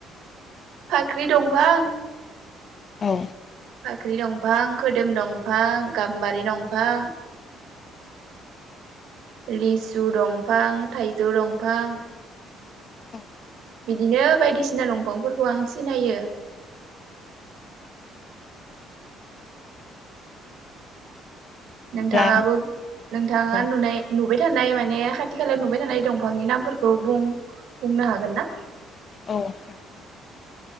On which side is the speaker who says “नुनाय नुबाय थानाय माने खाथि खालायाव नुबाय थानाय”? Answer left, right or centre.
Right